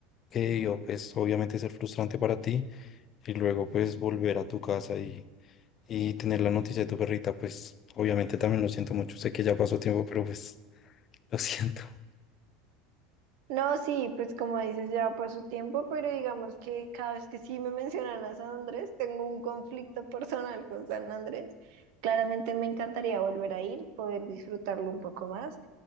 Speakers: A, on the left; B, on the right.
A: que debió, pues, obviamente ser frustrante para ti. y luego pues volver a tu casa y, y tener la noticia de tu perrita, pues obviamente también lo siento mucho. Sé que ya pasó tiempo, pero pues <laughs> lo siento.
B: No, sí, pues como dices, ya pasó tiempo, pero digamos que cada vez que sí me mencionan a San Andrés, tengo un conflicto personal con San Andrés. Claramente me encantaría volver a ir, poder disfrutarlo un poco más